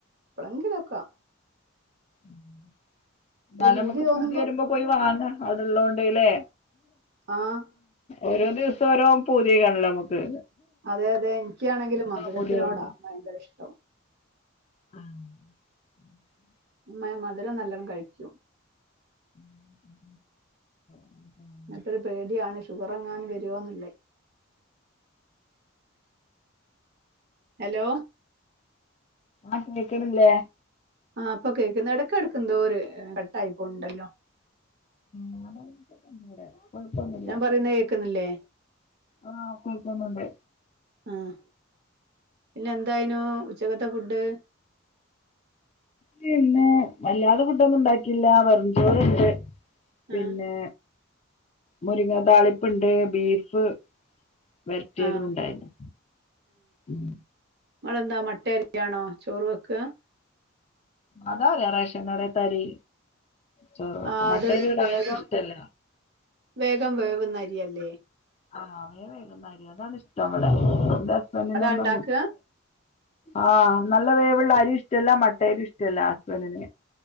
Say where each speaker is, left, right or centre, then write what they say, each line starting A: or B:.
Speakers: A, on the right; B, on the left.
A: എപ്പളെങ്കിലുക്കെ
B: ന്നാലും
A: ഒരു പൂതി
B: അമക്ക്
A: തോന്നുമ്പോ
B: പൂത്യെര്മ്പൊ പോയി വാങ്ങ അവ്ടെള്ളോണ്ട് ല്ലേ
A: ആഹ്
B: ഓരോ ദിവസൊ ഓരോ പൂത്യേക്കാരല്ലോ അമ്മക്ക്
A: അതെ അതെ ഇൻക്കാണെങ്കില് മധുരത്തിനോടാ
B: പൂതിയാവുണ്ടാവും
A: ഭയ്ങ്കര ഇഷ്ടം
B: ആഹ്
A: മ മധുരം നല്ലണം കഴിക്കും
B: ഉം ഉം <inaudible>
A: മറ്റൊരു പേട്യാണ് ഷുഗർ എങ്ങാൻ വരുവോന്നിള്ളെ ഹലോ
B: ആഹ് കേൾക്ക്ണില്ലേ
A: ആഹ് ഇപ്പ കേക്കിന്ന എടക്കെട്ക്ക് എന്തോര് കട്ടായിപ്പോണ്ടല്ലോ
B: <inaudible> കുയ്പ്പൊന്നുല്ല
A: ഞാൻ പറയുന്ന കേക്കുന്നില്ലേ
B: ആഹ് കേൾക്കുന്നുണ്ട്
A: ആഹ് പിന്നെ എന്തായിനു ഉച്ചക്കത്തെ ഫുഡ്ഡ്
B: പിന്നെ വല്ലാതെ ഫുഡ്ഡൊന്നും ഇണ്ടാക്കീല്ല വെറും ചോറിണ്ട് പിന്നെ
A: ആഹ്
B: മുരിങ്ങാ താളിപ്പിണ്ട് ബീഫ് വര്ട്ട്യേതുണ്ടായിന്
A: ആഹ്
B: ഉം
A: നിങളെന്താ മട്ടരിയാണോ ചോറ് വെക്ക
B: അതാ റാവശ്യം ഇടത്തരി ചോറക്ക
A: ആഹ്
B: മട്ടയില
A: അത്
B: ഇവിടെ
A: വേഗം
B: ആക്കും ഇഷ്ടല്ല
A: വേഗം വേവുന്നരിയല്ലേ
B: ആഹ അവേ വേഗുന്നാര്യം അതാണ് ഇഷ്ടം അവിടെ എറെ ഹസ്ബൻറിനൊന്നും
A: അതാ ഇണ്ടാക്കാ
B: ആഹ് നല്ല വേവുള്ള അരി ഇഷ്ടമല്ല മട്ടയരി ഇഷ്ടമല്ല ആലെ